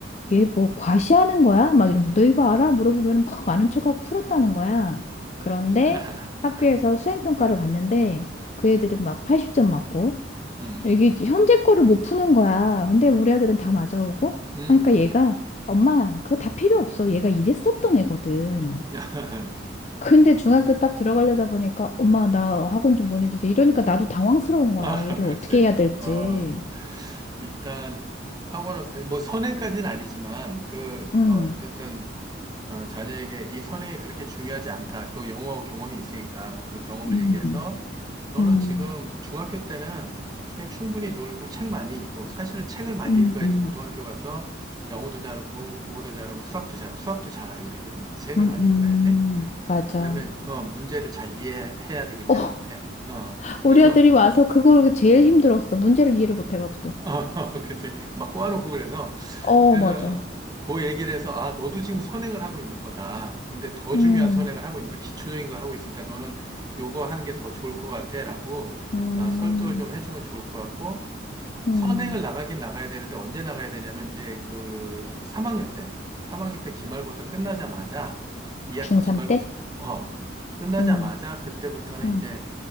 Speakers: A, on the left; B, on the right.
A: 얘 뭐 과시하는 거야? 막 이러면서 너 이거 알아? 물어보면 막 아는 척하고 풀었다는 거야. 그런데
B: <laughs>
A: 학교에서 수행평가를 봤는데 그 애들은 막 80점 맞고
B: 음,
A: 이게 현재 거를 못 푸는 거야. 근데 우리 아들은 다 맞아오고
B: 음,
A: 그러니까 얘가
B: 음,
A: 엄마 그거 다 필요 없어. 얘가 이랬었던 애거든.
B: <laughs>
A: 근데 중학교 딱 들어가려다 보니까 엄마 나 학원 좀 보내주세요. 이러니까 나도 당황스러운 거야.
B: 아,
A: 얘를
B: 그렇지,
A: 어떻게 해야 될지.
B: 어, 일단 학원을 뭐 선행까지는 아니지만 그
A: 응.
B: 어, 어쨌든 어, 자녀에게 이 선행이 그렇게 중요하지 않다. 또 영어 경험이 있으니까 그 경험을
A: 음,
B: 얘기해서 너는
A: 음,
B: 지금 중학교 때는 그냥 충분히 놀고 책 많이 읽고 사실은 책을 많이
A: 음.
B: 읽어야지
A: 음.
B: 고등학교 가서 영어도 잘하고 국어도 잘하고 수학도 잘 수학도 잘하게 되거든. 책을
A: 음,
B: 많이 읽어야지.
A: 음, 맞아.
B: 왜냐하면 어, 문제를 잘 이해해야 되기 때문에
A: 어, <laughs>
B: 어,
A: 우리
B: 그래서
A: 아들이 와서 그걸 제일 힘들었어. 문제를 이해를 못 해가지고.
B: 어, <laughs> 그치. 막 꼬아놓고 그래서,
A: 어,
B: 그래서
A: 맞아.
B: 그 얘기를 해서, 아, 너도 지금 선행을 하고 있는 거다. 근데 더
A: 음,
B: 중요한 선행을 하고 있는 거야. 기초적인 거 하고 있으니까 너는 요거 하는 게 더 좋을 것 같아. 라고
A: 음,
B: 아, 설득을 좀 해주면 좋을 것 같고,
A: 음.
B: 선행을 나가긴 나가야 되는데 언제 나가야 되냐면 이제 그 3학년 때, 3학년 때 기말고사 끝나자마자 2학기
A: 중3
B: 기말고사
A: 때?
B: 어 끝나자마자
A: 음,
B: 그때부터는
A: 음,
B: 이제